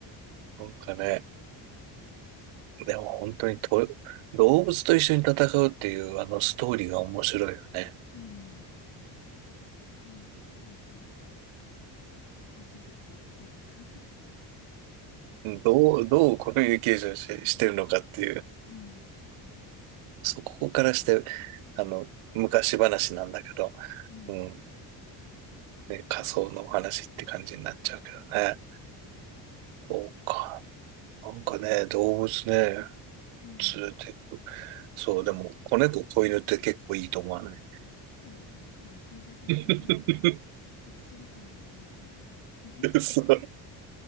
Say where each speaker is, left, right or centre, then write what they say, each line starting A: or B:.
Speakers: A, on the right (about 75°); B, on the left (about 50°).
A: なんかね、でも本当にと、動物と一緒に戦うっていうあのストーリーが面白いよね。
B: <laughs> うん。すごいですよね。よくなんか、意思疎通っていうか <laughs>
A: どう、どうコミュニケーションし、してるのかっていう。
B: うん。
A: そこからして、あの、昔話なんだけど、
B: うん。
A: うん。ね、仮想のお話って感じになっちゃうけどね。そうか。なんかね、動物ね。
B: うん。
A: 連れてく。そう、でも、子猫、子犬って結構いいと思わない。
B: そうですね。その聞いた瞬間に、
A: <laughs>
B: あ、そっち路線もあるのかと思って
A: そ